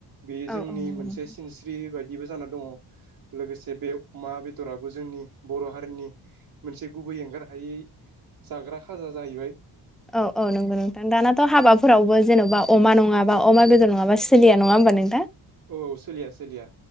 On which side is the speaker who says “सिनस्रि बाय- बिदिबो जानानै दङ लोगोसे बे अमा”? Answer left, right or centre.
Right